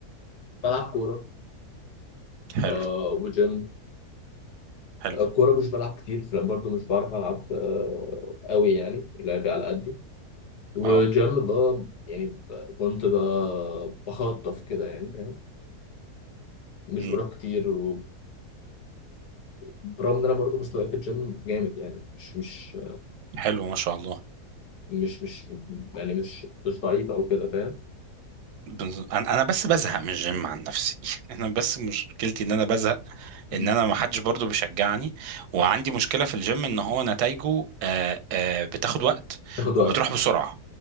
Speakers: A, on the left (about 80°); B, on the right (about 80°).
A: بلعب كوره
B: حلو
A: آه وجيم
B: حلو
A: آه كوره مش بلعب كتير لأن برضو مش بعرف العب آه قوي يعني لعبي على قدي وجيم
B: اه
A: اللي هو يعني ب- كنت ب- بخطف كده يعني فاهم مش
B: امم
A: بروح كتير و... برغم ان انا برضو مستواي في الجيم جامد يعني مش مش
B: حلو ما شاء الله
A: مش مش يعني مش مش ضعيف او كده فاهم
B: بز- انا أنا بس بزهق من الجيم عن نفسي <laughs> انا بس مشكلتي ان انا بزهق
A: مم.
B: ان انا ما حدش برضه بيشجعني وعندي مشكله في الجيم ان هو نتائجه آه، آه، بتاخد وقت
A: تاخد وقت
B: وبتروح بسرعه